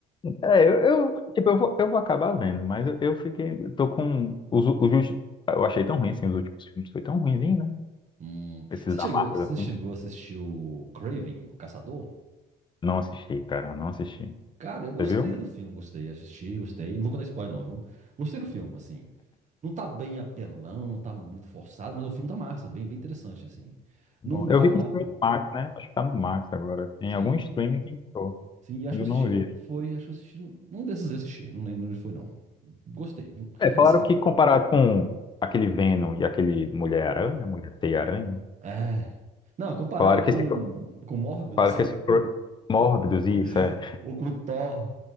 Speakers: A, on the left (about 30°); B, on the right (about 45°).
A: É, eu, eu, tipo, eu vou, eu vou acabar vendo, mas eu, eu fiquei, eu tô com os, u- os, últimos- eu achei tão ruim assim, os últimos filmes foi tão ruimzinho, né?
B: Hum,
A: Esses
B: você
A: da
B: chegou,
A: Marvel
B: você
A: assim.
B: chegou a assistir o Craven, o Caçador?
A: Não assisti, cara, não assisti.
B: Cara, eu gostei
A: Você viu?
B: do filme, gostei, assisti, gostei. Não vou contar spoiler, não, viu? Gostei do filme, assim. Não tá bem apelão, não tá muito forçado, mas o filme tá massa, bem, bem interessante, assim.
A: Bom,
B: Não tá
A: eu vi
B: igual.
A: que tinha no Max, né? Acho que tá no Max agora. Tem
B: Sim.
A: algum streaming que entrou,
B: Sim, acho
A: mas
B: que
A: eu
B: eu
A: não vi.
B: assisti, foi, acho que eu assisti. Num num desses eu assisti, não lembro onde foi, não. Gostei, viu?
A: É, falaram
B: Assim,
A: que comparado com aquele Venom e aquele Mulher-Aranha, Mulher-Teia-Aranha,
B: é. Não, comparado
A: falaram
B: com,
A: que esse,
B: com Morbius,
A: falaram que esse Mórbidos, isso,
B: <laughs>
A: é,
B: ou com Thor,